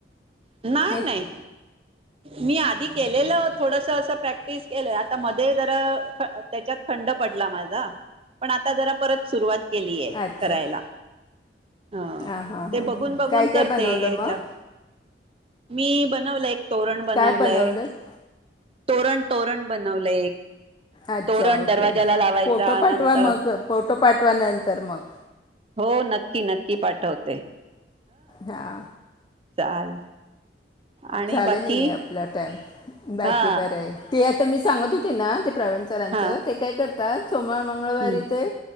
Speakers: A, on the right; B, on the left.
A: नाही
B: एक
A: नाही मी आधी केलेलं थोडस अस प्रॅक्टिस केलं आता मध जे जरा त्याच्यात खंड पडला माझा पण आता जरा परतं सुरुवात केलीय
B: अच्छा
A: करायला ह्
B: हां हां हां
A: ते बघून
B: हां
A: बघून
B: काय काय
A: करतेय
B: बनवलं
A: हच्या
B: मग
A: मी बनवलं एक तोरण बनवलंय
B: काय बनवलं
A: तोरण तोरण बनवलंय एक
B: अच्छा
A: तोरण
B: ओके
A: दरवाज्याला लावायचा
B: फोटो
A: नंतर
B: पाठवा मग फोटो पाठवानंतर मग
A: हो नक्की नक्की पाठवते.
B: हा
A: चाल. आणि
B: झालं
A: बाकी
B: नाही आपला टाईम बाकी
A: हा
B: बरं आहे. ते आता मी सांगत होते ना ते प्रवीण सरांचं
A: हा
B: ते काय करतात सोमवार मगळ मंगळवारी
A: हम्म
B: ते